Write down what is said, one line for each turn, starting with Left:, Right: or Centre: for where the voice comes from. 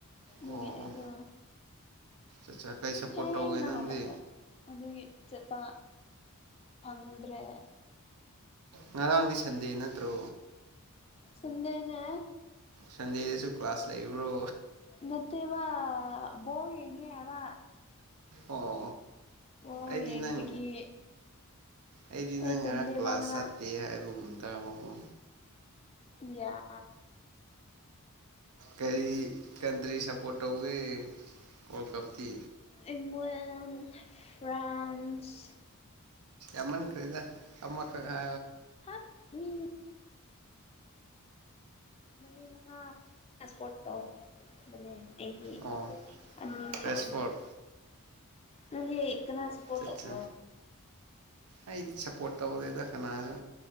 Left: ꯑꯗꯨꯒꯤ
Right: ꯑꯣ ꯑꯣ
Left: ꯑꯩꯗꯣ
Right: ꯑꯠꯆꯥ ꯑꯠꯆꯥ ꯀꯩ ꯁꯞꯄꯣꯔꯠ
Left: ꯍꯦ
Right: ꯇꯧꯒꯦ
Left: ꯅꯅꯥꯍꯒꯗꯄ
Right: ꯅꯪꯗꯤ
Left: ꯑꯗꯨꯗꯒꯤ ꯆꯠꯄ ꯐꯪꯗ꯭ꯔꯦ
Right: ꯉꯔꯥꯡꯗꯤ ꯁꯟꯗꯦ ꯅꯠꯇ꯭ꯔꯣ
Left: ꯆꯗꯦꯅꯦ
Right: ꯁꯟꯗꯦꯗꯁꯨ ꯀ꯭ꯂꯥꯁ ꯂꯩꯕ꯭ꯔꯣ
Left: ꯅꯠꯇꯦꯕ ꯣ ꯌꯦꯉꯦ ꯌꯥꯔ
Right: ꯑꯣ
Left: ꯑꯣ
Right: ꯑꯩꯗꯤ
Left: ꯌꯦꯡꯕꯒꯤ
Right: ꯅꯪ ꯑꯩꯗꯤ ꯅꯪ
Left: ꯑꯩ ꯇꯨꯝꯗꯦꯕ
Right: ꯉꯔꯥꯡ ꯀ꯭ꯂꯥꯁ
Left: ꯉꯔꯥꯡ
Right: ꯆꯠꯇꯦ ꯍꯥꯏꯕꯒꯨꯝ ꯇꯥꯕꯕꯨꯣ
Left: ꯌꯥ
Right: ꯀꯔꯤ ꯀꯟꯇ꯭ꯔꯤ ꯁꯞꯄꯣꯔꯠ ꯇꯧꯒꯦ ꯋꯥꯔꯜ ꯀꯞꯇꯤ
Left: ꯏꯪꯂꯂꯦꯟ ꯐ꯭ꯔꯥꯟꯁ
Right: ꯑꯃꯟ ꯀꯔꯤꯗ ꯑꯃ ꯀ ꯈ
Left: ꯐꯠ ꯃꯤ ꯃꯩ ꯃꯉꯥ ꯇ꯭ꯔꯥꯟꯄꯣꯔꯠꯣ ꯕꯅꯦ ꯑꯩꯗꯤ
Right: ꯑꯣ
Left: ꯑꯅꯤꯈꯛꯅꯦ
Right: ꯔꯦꯁꯐꯣꯔꯠ
Left: ꯃ ꯂꯩꯛ ꯀ ꯁꯄꯣꯔꯠꯣ
Right: ꯆꯠꯁꯦ
Left: ꯀ
Right: ꯑꯩꯗꯤ ꯁꯞꯄꯣꯔꯠ ꯇꯧꯔꯦꯗ ꯀꯅꯥꯁꯨ